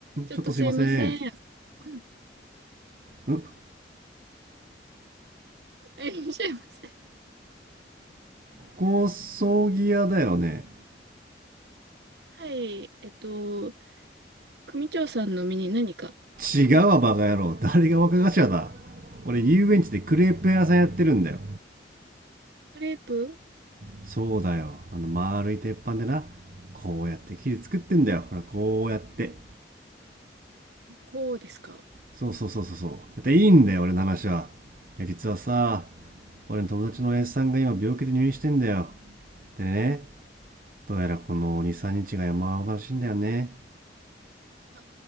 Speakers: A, on the right; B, on the right.
A: ちょっとすいません。
B: ちょっとすいません。
A: <laughs>
B: ん
A: えいらっしゃいませ。
B: 高葬儀屋だよね。
A: はい。えっと、組長さんの身に何か
B: 違うわ、バカ野郎。誰が若頭だ。俺、遊園地でクレープ屋さんやってるんだよ。
A: クレープ
B: そうだよ。あの、丸い鉄板でな、こうやって切り作ってんだよ。ほら、こうやって。
A: こうですか
B: そうそうそうそうそう。だっていいんだよ、俺の話は。いや、実はさ、俺の友達の S さんが今病気で入院してんだよ。でね、どうやらこの2、3日が山場らしいんだよね。
A: あ、